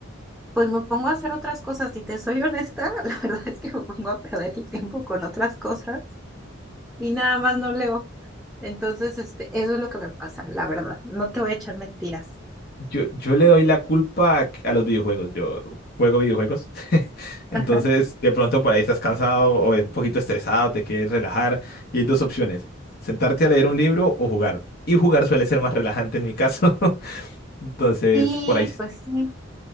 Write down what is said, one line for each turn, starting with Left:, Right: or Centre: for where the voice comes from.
Centre: Pues me pongo a hacer otras cosas, si te soy honesta, <laughs> la verdad es que me pongo a perder el tiempo con otras cosas y nada más no leo. Entonces, este, eso es lo que me pasa, la verdad. No te voy a echar mentiras.
Left: Yo, yo le doy la culpa a, a los videojuegos. Yo juego videojuegos. <laughs> Entonces,
Centre: Ajá.
Left: de pronto por ahí estás cansado o un poquito estresado, te quieres relajar. Y hay dos opciones. Sentarte a leer un libro o jugar. Y jugar suele ser más relajante en mi caso. <laughs> Entonces,
Centre: Sí,
Left: por ahí
Centre: pues sí.